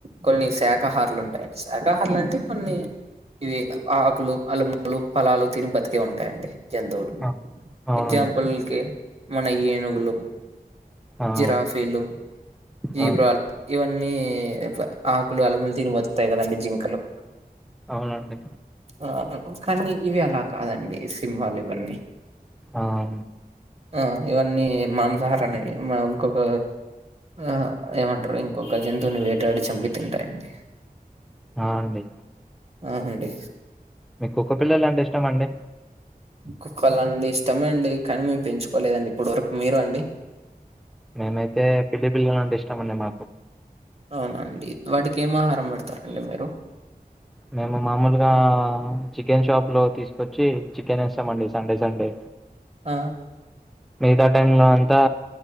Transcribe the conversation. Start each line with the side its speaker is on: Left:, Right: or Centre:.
Right: కొన్ని శాఖహారులు ఉంటాయండి శాఖహారులు అంటే కొన్ని ఇవి ఆకులు అల్లుములు ఫలాలు తిని బతికేవి ఉంటాయండి జంతువులు
Centre: ఆ! అవునండి.
Right: ఎగ్జాంపుల్ కి మన ఏనుగులు
Centre: ఆ! అవును.
Right: జిరాఫీలు జీవ్రాలు
Centre: అవును.
Right: ఇవన్నీ ఇట్ల ఆకులు అలములు తిని బతుకుతాయి కదండి జింకలు
Centre: అవునండి
Right: ఆ కానీ ఇవి అలా కాదండి సింహాలు ఇవన్నీ
Centre: అవు
Right: ఆ ఇవన్నీ మాంసాహారన్ని మా ఇంకొక ఆ ఏమంటారు ఇంకొక జంతువుని వేటాడి చంపి తింటాయండి
Centre: ఆ అండి
Right: అవునండి
Centre: మీకు కుక్క పిల్లలు అంటే ఇష్టంమండి
Right: కుక్కల అండి ఇష్టమే అండి కానీ మేము పెంచుకోలేదండి ఇప్పటి వరకు మీరు అండి
Centre: మేమైతే పిల్లి పిల్లలు అంటే ఇష్టామండి మాకు
Right: అవునండి వాటికి ఏం ఆహారం పెడతారండి మీరు
Centre: మేము మామూలుగా చికెన్ షాప్ లో తీసుకొచ్చి నేస్తమండి సండే సండే
Right: ఆ
Centre: మిగతా టైమ్ లో అంతా